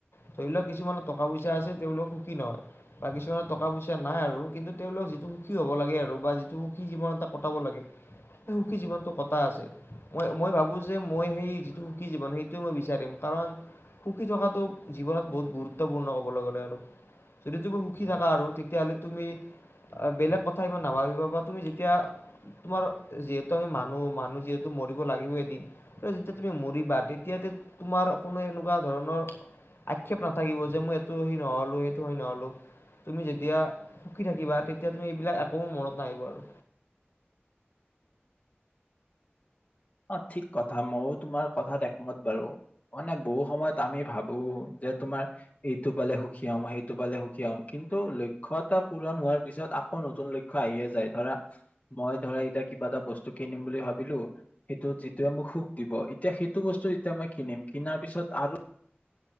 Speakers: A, on the left (about 70°); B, on the left (about 35°).
A: ধৰি লওক কিছুমানৰ টকা- পইচা আছে তেওঁওলোক সুখী নহয় বা কিছুমানৰ টকা- পইচা নাই আৰু কিন্তু তেওঁলোক যিটো সুখী হ'ব লাগে আৰু বা যিটো সুখী জীৱন এটা কটাব লাগে সেই সুখী জীৱনটো ক টা আছে, মই মই ভাবো যে মই সেই যিটো সুখী জীৱন সেইটো মই বিচাৰিম কাৰণ সুখী থকাটো জীৱনত বহুত গুৰুত্বপূৰ্ণ ক'বলৈ গ'লে আৰু। যদি তুমি সুখী থাকা আৰু তেতিয়াহলে তুমি? বেলেগ কথা ইমান নাভাবিবা বা তুমি যেতিয়া তোমাৰ যিহেতু আমি মানুহ মানুহ যিহেতু মৰিব লাগিব এদিন, যেতিয়া তুমি মৰিবা তেতিয়া তোমাৰ কোনো এনেকুৱা ধৰণৰ আক্ষেপ নাথাকিব যে মই এইটো সেই নহলো সেইটো হৈ নহলো। তুমি যেতিয়া সুখী থাকিবা তেতিয়া তুমি এইবিলাক একো মনত নাহিব আৰু।
B: অ ঠিক কথা মইয়ো তোমাৰ কথাত একমত বাৰু। মানে বহু সময়ত আমি ভাবো যে তোমাৰ এইটো পালে সুখী হ'ম, সেইটো পালে সুখী হ'ম কিন ন্তু লক্ষ্য এটা পূৰণ হোৱাৰ পিছত আকৌ নতুন লক্ষ্য আহিয়ে যায় ধৰা মই ধৰা এতিয়া কিবা এটা বস্তু কিনিম বুলি ভাবিলো সেইটোত যিটোৱে মোক সুখ দিব এতিয়া সেইটো বস্তু এতিয়া মই কিনিম কিনাৰ পিছত আৰু